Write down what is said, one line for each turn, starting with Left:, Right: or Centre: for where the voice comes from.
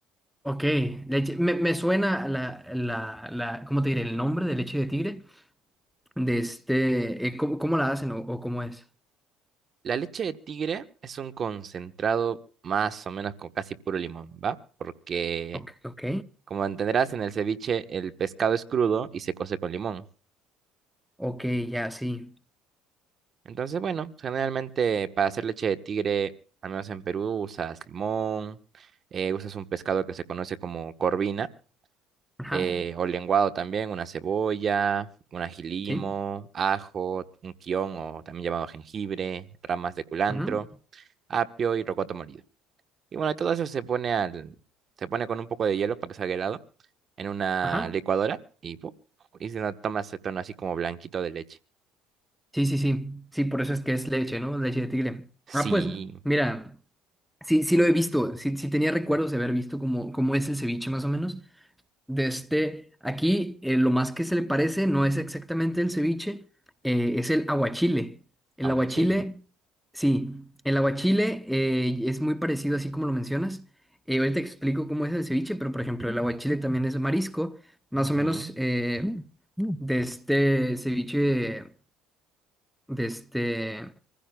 Centre: ok, leche, me, me suena la, la, la, ¿cómo te diré? El nombre de leche de tigre. de este, eh, ¿cómo, cómo la hacen o, o cómo es?
Right: La leche de tigre es un concentrado más o menos con casi puro limón, ¿va? Porque,
Centre: Ok, ok,
Right: como entenderás, en el ceviche el pescado es crudo y se cose con limón.
Centre: ok, ya, sí.
Right: Entonces, bueno, generalmente para hacer leche de tigre, al menos en Perú, usas limón, eh, usas un pescado que se conoce como corvina
Centre: Ajá,
Right: eh, o lenguado también, una cebolla, un ajilimo,
Centre: sí,
Right: ajo, un quión o también llamado jengibre, ramas de culantro,
Centre: ajá,
Right: apio y rocoto molido. Y bueno, todo eso se pone al, se pone con un poco de hielo para que salga helado en una
Centre: ajá.
Right: licuadora y, ¡pum! y se nos toma ese tono así como blanquito de leche.
Centre: Sí, sí, sí, sí, por eso es que es leche, ¿no? Leche de tigre.
Right: Sí,
Centre: Ah, pues, mira, sí, sí lo he visto, sí, sí tenía recuerdos de haber visto cómo, cómo es el ceviche más o menos, De este, aquí eh, lo más que se le parece no es exactamente el ceviche, eh, es el aguachile. El
Right: aguachile.
Centre: aguachile, sí, el aguachile eh, es muy parecido así como lo mencionas. Eh, ahorita te explico cómo es el ceviche, pero por ejemplo el aguachile también es marisco. Más
Right: Ujú.
Centre: o menos eh, de este ceviche, de este,